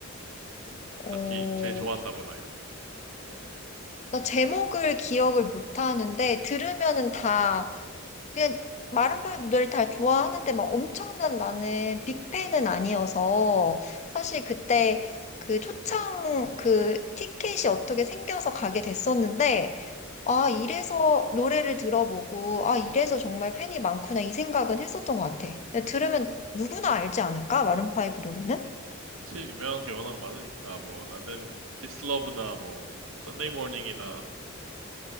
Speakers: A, on the left; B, on the right.
A: 어,
B: 딱히 제일 좋아한다거나 이런 거.
A: 나 제목을 기억을 못 하는데 들으면은 다 그냥 마룬파이브 노래를 다 좋아하는데 막 엄청난 나는 빅팬은 아니어서 사실 그때 그 초창 그 티켓이 어떻게 생겨서 가게 됐었는데 아 이래서 노래를 들어보고 아 이래서 정말 팬이 많구나 이 생각은 했었던 것 같아. 들으면 누구나 알지 않을까? 마룬파이브 노래는?
B: 그치, 유명한 게 워낙 많으니까, 뭐, 나는 This Love나 뭐, Sunday Morning이나